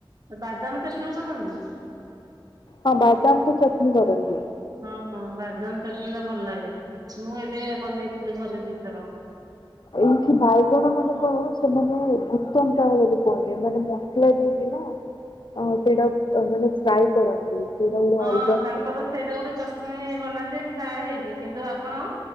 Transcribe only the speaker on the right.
ଆ ବାଦାମ ଚଟନି କରନ୍ତି।
ହଁ ହଁ ବାଦାମ ଚଟଣି ଟା ଭଲ ଲାଗେ ମୁଁ ଏବେ ବନେଇଥିଲି ଘରେ ଦିଥର।
ହଁ
ତାଙ୍କର
ସେଇଟା ଗୋଟେ ଚଷଣି ବନାନ୍ତି ଫ୍ରାଏ ହେଇକି କିନ୍ତୁ ଆପଣ